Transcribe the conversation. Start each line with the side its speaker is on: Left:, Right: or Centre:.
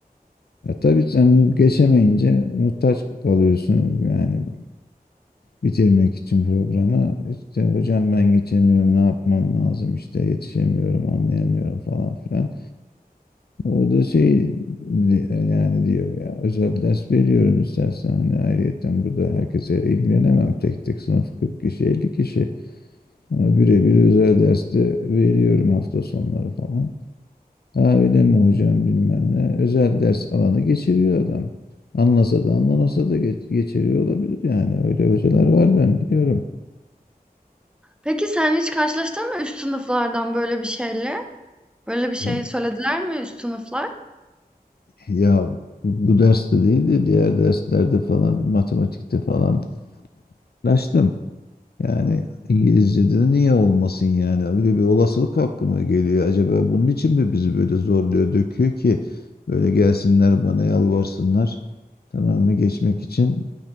Left: Ya tabii sen bu geçemeyince muhtaç kalıyorsun yani bitirmek için programı işte hocam ben geçemiyorum ne yapmam lazım işte yetişemiyorum anlayamıyorum falan filan. O da şey di- yani diyor ya özel ders veriyorum istersen hani ayrıyeten burada herkese ilgilenemem tek tek sınıf 40 kişi 50 kişi. Ama birebir özel derste veriyorum hafta sonları falan. Ha öyle mi hocam bilmem ne. Özel ders alanı geçiriyor adam. Anlasa da anlamasa da geç- geçiriyor olabilir yani. Öyle hocalar var ben biliyorum.
Centre: Peki sen hiç karşılaştın mı üst sınıflardan böyle bir şeyle? Böyle bir
Left: Tabii.
Centre: şey söylediler mi üst sınıflar?
Left: Ya bu derste değil de diğer derslerde falan matematikte falan uğraştım. Yani İngilizce'de de niye olmasın yani? Öyle bir olasılık aklıma geliyor. Acaba bunun için mi bizi böyle zorluyor, döküyor ki böyle gelsinler bana yalvarsınlar. Tamam mı? Geçmek için